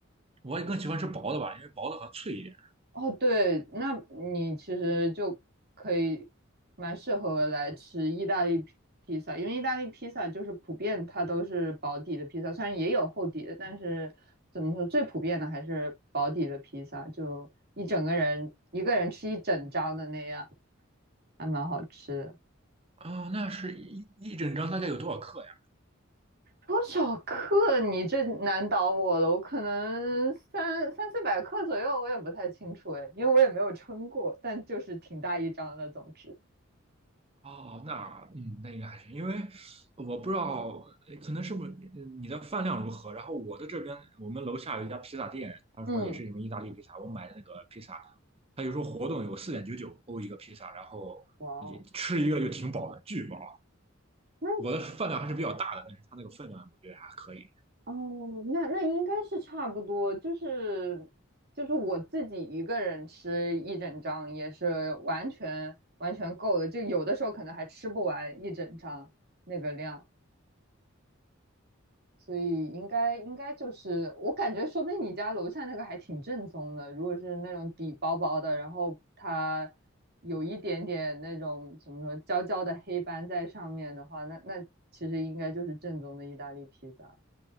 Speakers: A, on the right (about 30°); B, on the right (about 50°).
A: 我也更喜欢吃薄的吧，因为薄的好像脆一点。
B: 哦，对，那你其实就可以蛮适合来吃意大利披披萨，因为意大利披萨就是普遍它都是薄底的披萨，虽然也有厚底的，但是怎么说最普遍的还是薄底的披萨，就一整个人一个人吃一整张的那样，还蛮好吃的
A: 啊、那是一一整张大概有多少克呀？
B: 多少克？你这难倒我了，我可能三三四百克左右，我也不太清楚哎，因为我也没有称过，但就是挺大一张的，总之。
A: 哦，那嗯，那应该还行，因为我不知道，呃可能是不是嗯你的饭量如何。然后我的这边，我们楼下有一家披萨店，他说也是你们意大利披萨，
B: 嗯，
A: 我买的那个披萨它有时候活动有四点九九欧一个披萨，然后你吃一个就挺饱的，
B: 哇哦，
A: 巨饱。
B: 那
A: 我的饭量还是比较大的，但是它那个分量我觉得还可以。
B: 哦，那那应该是差不多，就是就是我自己一个人吃一整张也是完全完全够的，就有的时候可能还吃不完一整张那个量，所以应该应该就是我感觉，说不定你家楼下那个还挺正宗的，如果是那种底薄薄的，然后它有一点点那种怎么说焦焦的黑斑在上面的话，那那其实应该就是正宗的意大利披萨。